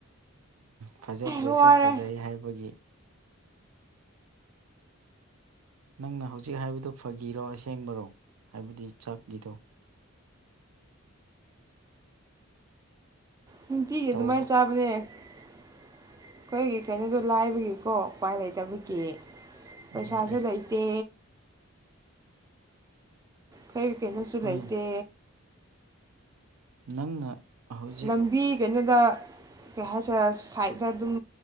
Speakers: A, on the right; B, on the right.
A: ꯐꯖꯗ꯭ꯔꯁꯨ
B: ꯋꯥꯔꯦ
A: ꯐꯖꯩ ꯍꯥꯏꯕꯒꯤ ꯅꯪꯅ ꯍꯧꯖꯤꯛ ꯍꯥꯏꯕꯗꯨ ꯐꯒꯤꯔꯣ ꯑꯁꯦꯡꯕꯔꯣ ꯍꯥꯏꯕꯗꯤ ꯆꯥꯛꯀꯤꯗꯣ
B: ꯅꯨꯡꯇꯤꯒꯤ
A: ꯇꯧꯕ
B: ꯑꯗꯨꯃꯥꯏꯅ ꯆꯥꯕꯅꯦ ꯑꯩꯈꯣꯏꯒꯤ ꯀꯩꯅꯣꯗꯣ ꯂꯥꯏꯕꯒꯤꯀꯣ ꯎꯄꯥꯏ ꯂꯩꯇꯕꯒꯤ ꯄꯩꯁꯥꯁꯨ
A: ꯑꯦ ꯑꯦ
B: ꯂꯩꯩꯇꯦ ꯈꫭꯏꯒꯤ ꯀꯩꯅꯣꯁꯨ
A: ꯍꯣꯏ
B: ꯂꯩꯇꯦ
A: ꯅꯪꯅ ꯍꯧꯖꯤꯛ
B: ꯂꯝꯕꯤ ꯀꯩꯅꯣꯗ ꯀꯩ ꯍꯥꯏꯁꯤꯔꯥ ꯁꯥꯏꯗꯠꯇ ꯑꯗꯨꯝ